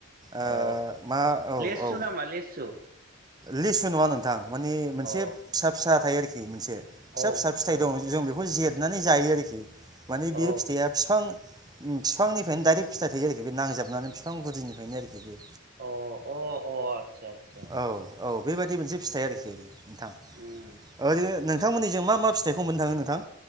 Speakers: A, on the right; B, on the right.
A: ओ
B: अ
A: मा औ
B: लेस्सु
A: औ
B: नामा लेस्सु
A: लिसु नङा नोंथां माने मोनसे
B: अ
A: फिसा फिसा थायो आरोखि मोनसे फिसा
B: औ
A: फिसा फिथाइ
B: औ
A: दं जों बेखौ जेद मनानै जायो आरोखि माने
B: औ
A: बियो फिथाइया बिफां बिफांनिफ्रायनो दाइरेक्ट फिथाइ थायो आरोखि बे नांजाब नुनानै बिफां गुदिनिफ्रायनो आरोखि बे
B: अ अ आतसा आतसा
A: औ औ बेबायदि मोनसे फिथाइ आरोखि नोंथां
B: उम
A: ओरैनो
B: उम
A: नोंथांमोननिजों मा मा फिथाइखौ मोननो थाङो नोंथां